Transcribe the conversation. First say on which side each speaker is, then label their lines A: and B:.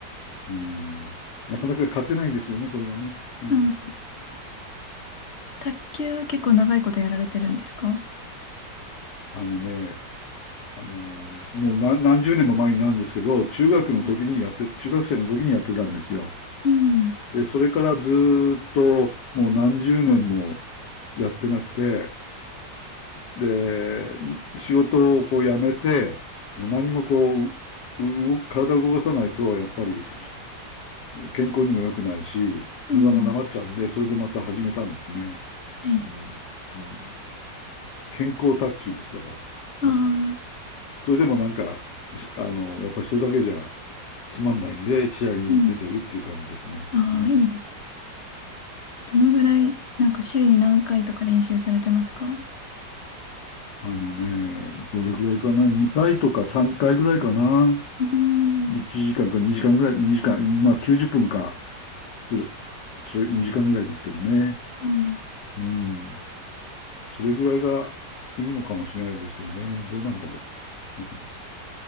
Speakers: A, on the left; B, on the left.
A: うん。なかなか勝てないんですよね、これがね。うん。
B: うん卓球結構長いことやられてるんですか
A: あのね、あの、もう何、何十年も前になるんですけど、中学の時にやって、
B: うん。
A: 中学生の時にやってたんですよ。
B: うん。
A: で、それからずっともう何十年もやってなくて、で、仕事をこう辞めて、もう何もこう、う動体を動かさないと、やっぱり健康にも良くないし、体がなまっちゃうんで、
B: うん
A: それでまた始めたんですね。
B: はい。
A: うん、うん、健康卓球です、だか
B: あ
A: ら。<laughs>
B: あ、
A: それでもなんか、しあの、やっぱりそれだけじゃつまんないんで、試合に出てるっていう感じですね。
B: うん。ああ、
A: <laughs>
B: いいですね。どのぐらい、なんか週に何回とか練習されてますか
A: あのね、どれぐらいかな ?2 回とか3回ぐらいかな
B: うーん。
A: ?1 時間か2時間ぐらい、2時間、まあ90分か、する、それ2時間ぐらいですけどね。
B: あー
A: うん。それぐらいがいいのかもしれないですけどね。どうなんだろう。<laughs> うん